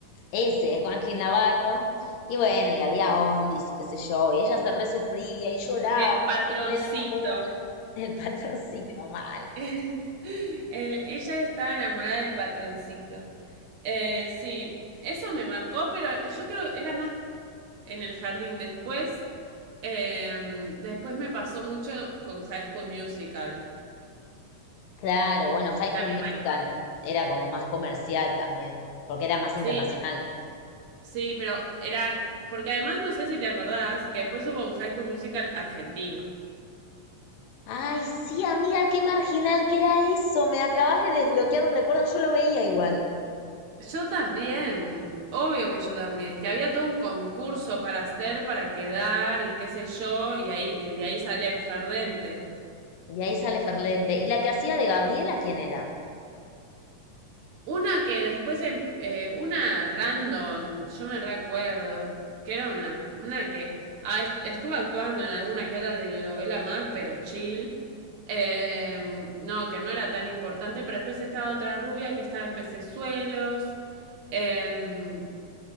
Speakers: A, on the left; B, on the right.
A: ese de Juan Gil Navarro. Y bueno, y había Ondis y qué sé yo, y ella se resufría y lloraba
B: Del patroncito.
A: porque no le daba bola. <laughs> El patroncito mal.
B: <laughs> El- ella estaba enamorada del patroncito. Eh, sí, eso me marcó, pero yo creo que era más en el jardín. Después, eh, después me pasó mucho con High School Musical.
A: Claro, bueno, High
B: La
A: School
B: primaria.
A: Musical era como más comercial también, porque era más
B: Sí,
A: internacional.
B: sí, pero era, porque además no sé si te acordás que después hubo un High School Musical argentino.
A: Ay, sí, amiga, qué marginal que era eso. Me acabas de desbloquear un recuerdo, yo lo veía igual.
B: Yo también, obvio que yo también, que había todo un concurso para hacer, para quedar y qué sé yo, y ahí y de ahí sale Ferdente.
A: y ahí sale Ferlente. ¿Y la que hacía de Gabriela, quién era?
B: Una que después, em- eh, una random, yo me recuerdo, que era una, una que ah, estuvo actuando en alguna que otra telenovela más, pero chill. Eh, no, que no era tan importante, pero después estaba otra rubia que estaba en pecesuelos. Eh,